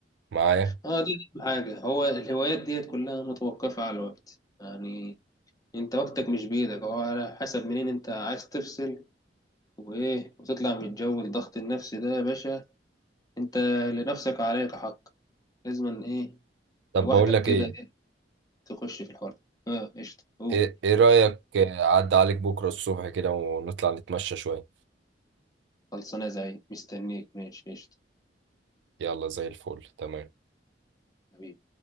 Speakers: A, on the right; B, on the left.
A: معايا
B: اه دي أهم حاجة هو الهوايات ديت كلها متوقفة على الوقت يعني انت وقتك مش بإيدك هو على حسب منين انت عايز تفصل وايه وتطلع من جو الضغط النفسي ده يا باشا انت لنفسك عليك حق لازم ايه
A: طب
B: لوحدك
A: بقول لك
B: كده
A: إيه
B: ايه تخش في الحوار ده اه قشطة اوه
A: إيه إيه رأيك عدى عليك بكرة الصبح كده ونطلع نتمشى شوية
B: خلصانة زي مستنيك ماشي قشطة
A: يلا زي الفل تمام
B: حبيبي